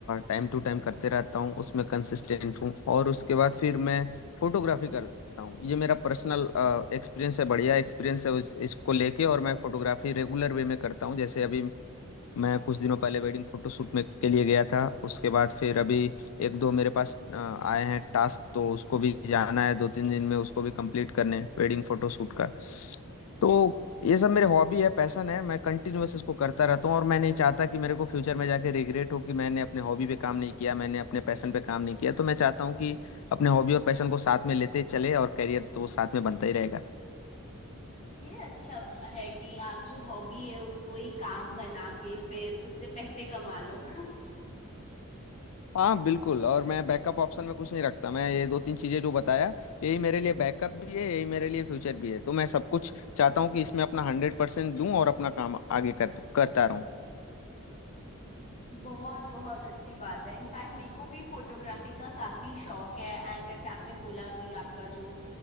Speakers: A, on the left (about 70°); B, on the left (about 30°).
A: टाइम टू टाइम करते रहता हूँ उसमें कंसिस्टेंट हूँ और उसके बाद फिर मैं फोटोग्राफी करता हूँ ये मेरा पर्सनल एक्सपीरियंस है बढ़िया एक्सपीरियंस है उस, इसको लेके और मैं फोटोग्राफी रेगुलर वे में करता हूँ जैसे अभी मैं कुछ दिनों पहले वेडिंग फोटोशूट में के लिए गया था उसके बाद फिर अभी एक दो मेरे पास अ, आए हैं टास्क तो उसको भी जाना है दो तीन दिन में उसको भी कंप्लीट करने हैं वेडिंग फोटोशूट का तो ये सब मेरे हॉबी है पैशन है मैं कंटिन्यूअस इसको करता रहता हूँ और मैं नहीं चाहता कि मेरे को फ्यूचर में जाके रिग्रेट हो कि मैंने अपने हॉबी पे काम नहीं किया मैंने अपने पैशन पे काम नहीं किया तो मैं चाहता हूँ कि अपने हॉबी और पैशन को साथ में लेते चले और करियर तो साथ में बनता ही रहेगा
B: ये अच्छा है कि आप जो हॉबी है उसको ही काम बना के फिर उससे पैसे कमा लो
A: हाँ बिल्कुल और मैं बैकअप ऑप्शन में कुछ नहीं रखता मैं ये दो तीन चीजें जो बताया यही मेरे लिए बैकअप भी है यही मेरे लिए फ्यूचर भी है तो मैं सब कुछ चाहता हूँ कि इसमें अपना हंड्रेड परसेंट दूँ और अपना काम आगे कर करता रहूँ
B: बहुत बहुत अच्छी बात है इनफैक्ट मेरे को भी फोटोग्राफी का काफी शौक है एंड जैसे आपने बोला कि आपका जो